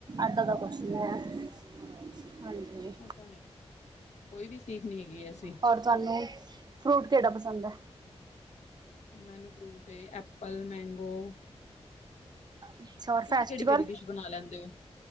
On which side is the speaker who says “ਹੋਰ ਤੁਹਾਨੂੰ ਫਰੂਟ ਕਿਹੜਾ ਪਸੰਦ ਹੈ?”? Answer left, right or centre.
Right